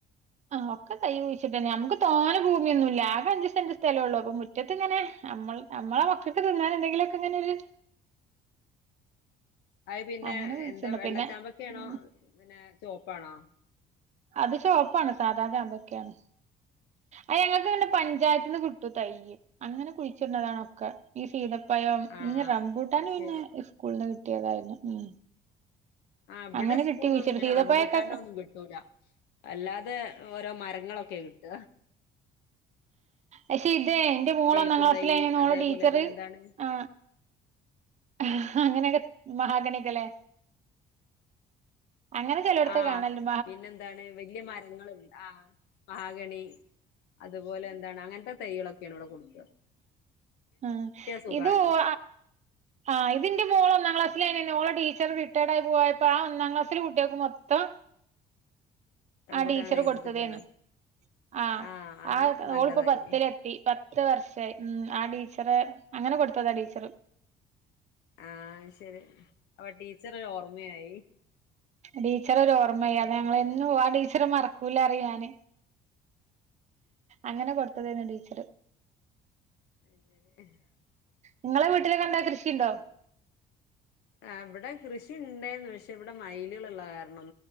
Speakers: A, on the right; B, on the left.
A: ആഹ് ഒക്കെ തൈ കുഴിച്ചിട്ടന്നെ നമ്മുക്ക് തോനെ ഭൂമിയൊന്നുല്ല ആകെ അഞ്ചു സെന്റ് സ്ഥലെ ഉള്ളു അപ്പൊ മുറ്റത്തിങ്ങനെ നമ്മൾ നമ്മളെ മക്കക്ക് തിന്നാനെന്തെങ്കിലുമൊക്കെ ഇങ്ങനെൊരു
B: അഹ് പിന്നെ
A: അങ്ങനെ കുഴിച്ചിട്ടുണ്ട്
B: എന്താ വെള്ളച്ചാമ്പൊക്കെയാണോ
A: പിന്നെ ഉം
B: പിന്നെ ചോപ്പാണോ
A: അത് ചോപ്പാണ് സാധാ ചാമ്പക്ക്യണ് അയ് ഞങ്ങക്ക് പഞ്ചായത്തിന്ന് കിട്ടും തയ്യ് അങ്ങനെ കുഴിച്ചിട്‌ണതാണൊക്കെ ഈ സീത പ്പഴം
B: ആഹ്
A: ഞ് റംബൂട്ടാന്
B: അത് ശരി
A: പിന്നെ സ്കൂളിന്ന് കിട് കിട്ടിയതായിരുന്നു ഉം
B: ആ ഇബടെ
A: അങ്ങനെ
B: സ്കൂൾന്നൊന്നും
A: കിട്ടി കുഴിച്ചിട്ട്
B: ഇങ്ങനെ
A: സീതപ്പഴൊക്കെ
B: റംബൂട്ടാന്റോന്നും കിട്ടൂല അല്ലാതെ ഓരോ മരങ്ങളൊക്കെ കിട്ട
A: അ <inaudible> ശരി തെ എന്റെ മോള്
B: തേക്കും
A: ഒന്നാം ക്ലാസ്സിലായീനന്ന്
B: തൈ അതേപോലെ
A: ഓളെ ടീച്ചറ്
B: പിന്നെന്താണ്
A: ആ അ അങ്ങനെയൊക്കെ മഹാഗണിയൊക്കെ ലെ അങ്ങനെ ചെലോട്ത്ത്
B: ആഹ്
A: കാണല്ണ്ട്
B: പിന്നെന്താണ് വല്ല്യമരങ്ങള് ആ മഹാഗണി അതുപോലെ എന്താണ് അങ്ങനത്തെ തൈകളൊക്കെയാണ് ഇവിടെ കൊടുക്ക
A: ആ
B: സുഖാണ്
A: ഇത് ഒ അ ഇതിന്റെ മോള ഒന്നാം ക്ലാസ്സിലായ്നന്ന് ഓളെ ടീച്ചർ റിട്ടയർഡ്ആയി പോയപ്പോ ആ ഒന്നാം ക്ലാസിൽ കുട്ടിയേക്കും മൊത്തം
B: റംബൂട്ടാൻ
A: ആ ടീച്ചർ
B: തൈ
A: കൊടുത്തതേനു
B: കൊടുത്ത്ക്കാണ്
A: ആ
B: ആഹ് അങ്ങനെ
A: ആ അ
B: നല്ലതായി
A: ഓളിപ്പോ പത്തിലെത്തി പത്ത് വർഷായി ഉം ആടീ ച്ചറെ അങ്ങനെ കൊടുത്തതാ ടീച്ചറ്
B: ആ ശരി അപ്പൊ ടീച്ചറൊരു ഓർമ്മയായി
A: ടീച്ചറൊരോർമ്മയ അത് ഞങ്ങൾ എന്നും ആ ടീച്ചറ് മറക്കൂല അറിയും ഞാന് അങ്ങനെ കൊടു ത്തതേനു ടീച്ചറ്
B: <unintelligible>
A: നിങ്ങളെ വീട്ടിലൊക്കെന്താ കൃഷിണ്ടോ?
B: ആ ഇവിടെ കൃഷി ഇണ്ടെന്നു പക്ഷെ ക്ഷെ ഇവിടെ മൈല്കള്ള്ള കാരണം